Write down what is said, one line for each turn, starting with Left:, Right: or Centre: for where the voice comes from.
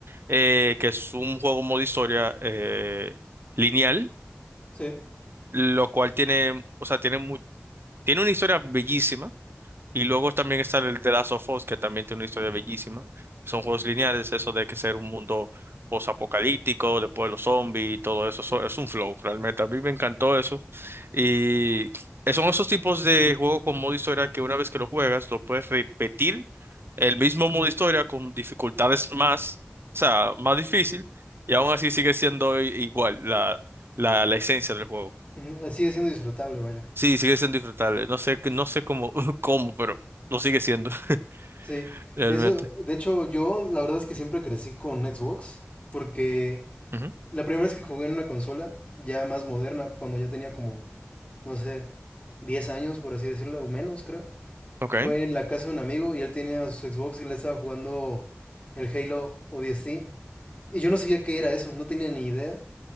Right: eh, que es un juego modo historia eh, lineal,
Left: Sí.
Right: lo cual tiene, o sea, tiene tiene una historia bellísima. Y luego también está el The Last of Us, que también tiene una historia bellísima. Son juegos lineales, eso de que ser un mundo posapocalíptico, después los zombies y todo eso. Eso es un flow, realmente. A mí me encantó eso. Y son esos tipos de juegos con modo historia que una vez que lo juegas, lo puedes repetir el mismo modo historia con dificultades más, o sea, más difícil. Y aún así sigue siendo i- igual la, la, la esencia del juego.
Left: Ujú, Sigue siendo disfrutable, vaya.
Right: Sí, sigue siendo disfrutable. No sé, no sé cómo, <laughs> cómo, pero lo sigue siendo, <laughs>
Left: Sí,
Right: realmente.
Left: eso, de hecho yo la verdad es que siempre crecí con Xbox, porque
Right: Ujú,
Left: la primera vez que jugué en una consola ya más moderna, cuando ya tenía como, no sé, 10 años por así decirlo, o menos creo,
Right: Ok.
Left: fue en la casa de un amigo y él tenía su Xbox y le estaba jugando el Halo o ODST y yo no sabía qué era eso, no tenía ni idea